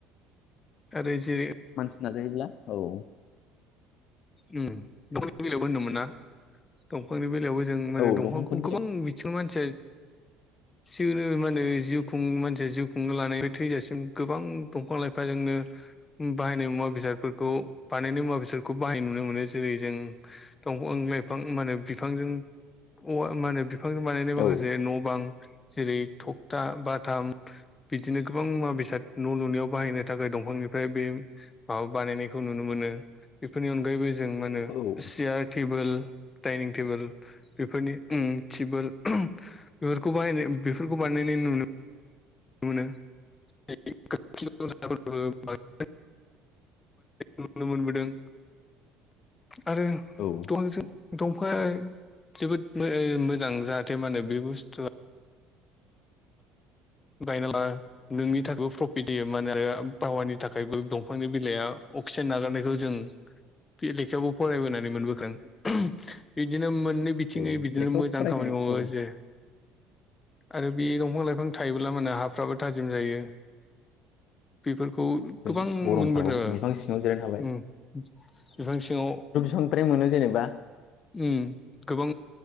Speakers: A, on the left; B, on the left.
A: आरो जिरि
B: मानसि नाजायोब्ला औ।
A: उम दंफांनि बेलायावबो होनदोंमोन ना दंफांनि बे बेयावबो जों माने
B: औ
A: दंफांखौ
B: दंफांफोरनि
A: गोबां बिथिङाव मानसि <unintelligible> माने जिउ खुं मानसिया जिउ खुंनो लानाय थैजासिम गोबां दंफां लाइफां जों बायनाय मुवा बेसादफोरखौ बानायनाय मुवा बेसाद खौ बाहायनाय नुनो मोनो जेरै जों दंफां लाइफां मा होनो बिफांजों औवा मा होनो बिफांजों बानायनाय
B: औ
A: माखासे
B: औ
A: न' बां जेरै थखथा बाथाम बिदिनो गोबां मुवा बेसाद न' लुनायाव बाहायनो थाखाय दंफां निफ्राय बे माबा बानायनायखौ नुनो मोनो। बेफोरनि अनगायैबो जों मा होनो
B: औ
A: सियार टेबोल। डाइनिं टेबोल बेफोरनि उ टिबोल। बेफोरखौ बाहायनाय बेफोरखौ बानायनाय नुनो मोनो <unintelligible> <unintelligible> नुनो मोनबोदों। आरो
B: औ औ
A: द <unintelligible> दंफांआ जोबोद मोजां जाहाथे मा होनो बे बुस्थुआ। गायना ला नोंनि थाखायबो प्रफिट होयो मान आरो पावारनि थाखायबो दं। फांनि बिलाया अक्सिजेन नागारनायखौ जों बे लेखायावबो फरायबोनानै मोनबोगोन बिदिनो मोन मोननै बिथिङै
B: औ
A: बिदिनो
B: लेखायाव
A: मोजां
B: फरायनाय
A: खामानि मावो
B: औ
A: जे आरो बे दंफां लाइफां थायोब्ला माने हाफ्राबो थाजिम जायो। बेफोरखौ
B: जों
A: गोबां
B: गरमफ्राव
A: मोनबोदों
B: बिफां सिङाव जिरायनो हाबाय
A: ओ बिफां सिङाव
B: ओमफ्राय मोनो जेनेबा
A: उम गोबां